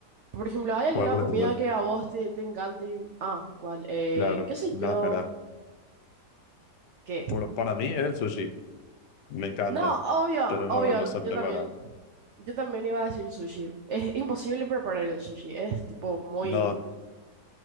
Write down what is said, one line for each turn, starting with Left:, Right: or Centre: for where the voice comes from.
Right: Por ejemplo, ¿hay alguna
Left: Como por
Right: comida
Left: ejemplo,
Right: que a vos te, te encante? y- Ah, ¿cuál? Eh,
Left: claro,
Right: ¿qué sé
Left: no,
Right: yo?
Left: para,
Right: ¿Qué?
Left: por- para mí es el sushi, me encanta,
Right: No, obvio,
Left: pero
Right: obvio,
Left: no, no sé preparar.
Right: yo también. Yo también iba a decir sushi. Es imposible preparar el sushi, es tipo muy,
Left: No,